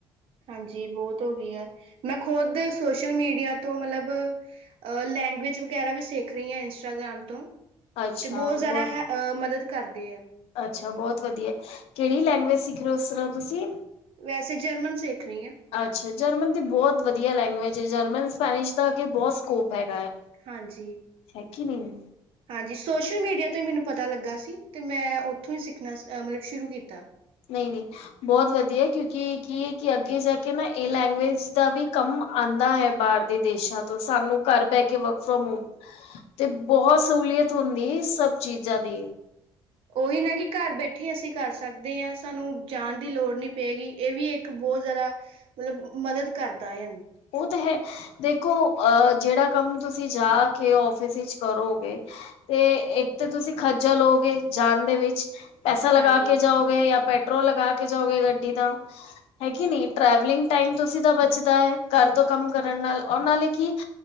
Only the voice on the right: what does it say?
ਹਾਂਜੀ ਬਹੁਤ ਹੋ ਗਈ ਆ ਮੈਂ ਖ਼ੁਦ ਸੋਸ਼ਲ ਮੀਡਿਆ ਤੋਂ ਮਤਲੱਬ ਲੈਂਗੁਏਜ ਵਗੈਰਾ ਵੀ ਸਿੱਖ ਰਹੀ ਹਾਂ ਇੰਸਟਾਗ੍ਰਾਮ ਤੋਂ।
ਤੇ ਬਹੁੱਤ ਜ਼ਿਆਦਾ
ਹੈ ਇਹ ਮਦੱਦ ਕਰਦੇ ਆ।
ਵੈਸੇ ਜਰਮਨ ਸਿੱਖ ਰਹੀ ਹਾਂ।
ਹਾਂਜੀ
ਹਾਂਜੀ ਸੋਸ਼ਲ ਮੀਡੀਆ ਤੋਂ ਈ ਮੈਨੂੰ ਪਤਾ ਲੱਗਾ ਸੀ ਤੇ ਮੈਂ ਉਥੋਂ ਉੱਥੋਂ ਹੀ ਸਿੱਖਣਾ ਅ ਮਤਲੱਬ ਸ਼ੁਰੂ ਕੀਤਾ।
ਹ <unintelligible>
ਓਹੀ ਨਾ ਕਿ ਘਰ ਬੈਠੇ ਅਸੀਂ ਕਰ ਸਕਦੇ ਹਾਂ ਸਾਨੂੰ ਜਾਣ ਦੀ ਲੋੜ ਨਹੀਂ ਪਏਗੀ। ਇਹ ਵੀ ਇੱਕ ਬਹੁਤ ਜ਼ਿਆਦਾ ਮਤਲਬ ਮਦਦ ਕਰਦਾ ਹੈ ਹਨ।
ਹਾਂਜੀ,